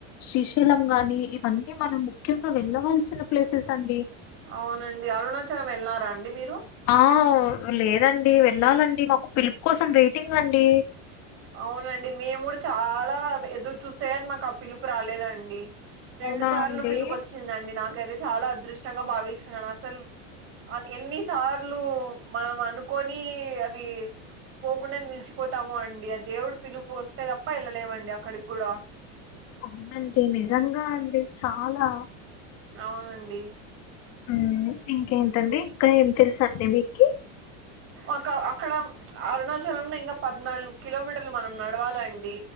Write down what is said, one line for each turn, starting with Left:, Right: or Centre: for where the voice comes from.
Left: శ్రీశైలం గాని ఇవన్నీ మనం ముఖ్యంగా వెళ్ళవల్సిన ప్లేసెస్ అండి
Right: అవునండి అరుణాచలం వెళ్ళారాండి మీరు
Left: ఆ లేదండి వెళ్ళాలండి మాకు పిలుపు కోసం వెయిటింగ్ అండి
Right: అవునండి మేము కూడా చాలా ఎదురు చూస్తాయని మాకు ఆ పిలుపు రాలేదండి రెండు
Left: అవునా
Right: సార్లు
Left: అండి?
Right: పిలుపోచ్చిందండి నాకైతే చాలా అదృష్టంగా భావిస్తున్నాను అసలు ఎన్నిసార్లు మనం అనుకొని అవి పోకుండా నిలిచిపోతాము అం డి ఆ దేవుడు పిలుపు వస్తే తప్ప ఎళ్లలేమండి అక్కడికి కూడా
Left: అవునండి నిజంగా అండి చాలా.
Right: అవునండి
Left: ఉమ్మ్ ఇంకేంటండి ఇంకా ఏం తెలుసండి మీకి
Right: ఒక అక్కడ అరుణాచలంలో ఇంకా పద్నాలుగు కిలోమీటర్లు మనం నడవాలండి